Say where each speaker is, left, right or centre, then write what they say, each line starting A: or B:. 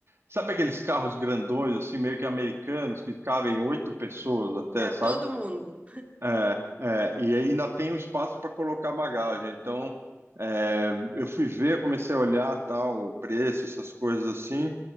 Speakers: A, on the right; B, on the right.
A: sabe aqueles carros grandões, assim, meio que americanos, que cabem oito pessoas até,
B: cabe
A: sabe?
B: todo mundo.
A: É, é, e aí ainda tem o espaço para colocar bagagem. Então, é, eu fui ver, comecei a olhar tal, o preço, essas coisas assim.